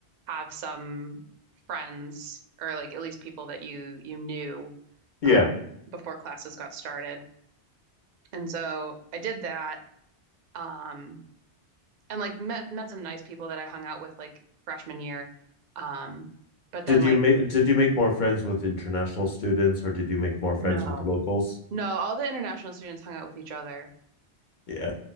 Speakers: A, on the right; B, on the left.
A: have some friends or like at least people that you you knew
B: Yeah.
A: um, before classes got started. And so I did that um, and like met met some nice people that I hung out with like freshman year. Um, but then
B: Did
A: like
B: you make did you make more friends with international students or did you make more friends
A: no,
B: with the locals?
A: no, all the international students hung out with each other.
B: Yeah.